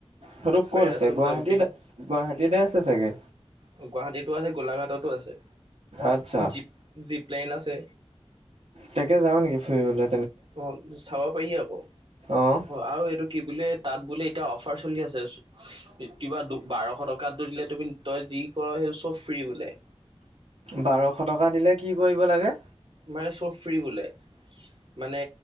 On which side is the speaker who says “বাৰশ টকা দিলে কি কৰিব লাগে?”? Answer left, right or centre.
Right